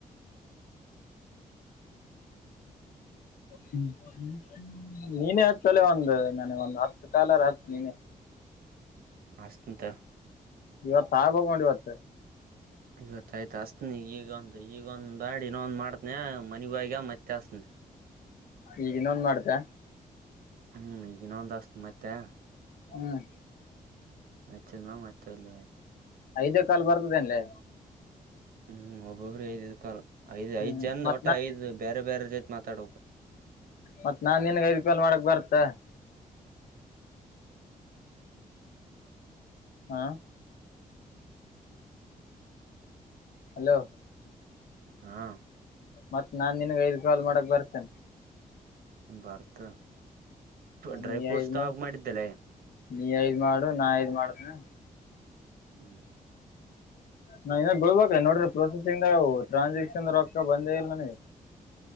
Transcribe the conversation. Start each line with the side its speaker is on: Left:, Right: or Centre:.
Left: ಹ್ಮ್ ನೀನೆೇ ಹತ್ಲೆ ಒಂದು ನನ ಒಂದು ಹತ್ತು ಕಾಲರ ಹತ್ ನೀನೇ
Right: ಹಸ್ಂತ
Left: ಇವತ್ತು ಆ ಆಗ್ಬೇಕು ನೋಡು ಇವತ್ತೆ
Right: ಇವತ್ತು ಆಯ್ತು ಅಸ್ತನಿ ಈಗಂದು ಈಗ ಒಂದು ಮಾಡಿ ಇನ್ನೊಂದು ಮಾಡ್ತನ ಮನೆಗೋಗ ಮತ್ ಹಚ್ಚತನ
Left: ಈಗ ಇನ್ನೊಂದ ಮಾಡ್ದೆ
Right: ಹ್ಮ್ ಈಗ ಇನ್ನೊಂದು ಹಸ್ತ್ ಮತ್ತೆ
Left: ಹ್ಮ್
Right: ಹಚ್ಚದ ಮತಲ್ಲ
Left: ಐದೇ ಕಾಲ್ ಬರ್ತದ ಅನ್ಲೆ
Right: ಹ್ಮ್ ಒಬ್ಬೊಬ್ಬರು ಐದ ಇರ್ತ ಐದ
Left: ಹ್ಮ್
Right: ಐದ್ ಜನ್
Left: ಮತ್
Right: ಒಟ್ಟಟ
Left: ನಾ
Right: ಐದ್ ಬೇರೆ ಬೇರೆ ಜತೆ ಮಾತಾಡಬೇಕ
Left: ಮತ್ ನಾನ್ ನಿನ್ಗ ಐದು ಕಾಲ್ ಮಾಡಕ್ ಬರತ್ತ ಹಾ ಹಲೋ
Right: ಹಾಂ
Left: ಮತ್ತತ್ ನಾನ್ ನಿನ್ಗೆ ಐದ್ ಕಾಲ್ ಮಾಡಕ್ ಬರ್ತ.
Right: ಬರ್ತಾ ಡ್ರೈ
Left: ನೀ
Right: ಫ್ರೂಟ್ಸ್
Left: ಐದು
Right: ತಗೋಬೇಕು
Left: ಮಾಡು
Right: ಅಂತ ಮಾಡಿದ್ದೇಲ
Left: ನೀ ಐದ್ ಮಾಡು ನಾ ಐದ್ ಮಾಡತನ.
Right: ಹ್ಮ್
Left: ನಾನ್ ಇನಾಗ ಗೊಳ್ಬೇಕ ನೋಡ್ರಿ ಪ್ರೊಸೆಸಿಂಗ್ಗ ಟ್ರಾನ್ಸಾಕ್ಷನ್ ರೊಕ್ಕ ಬಂದೇ ಇಲ್ಲ ನನಗೆ.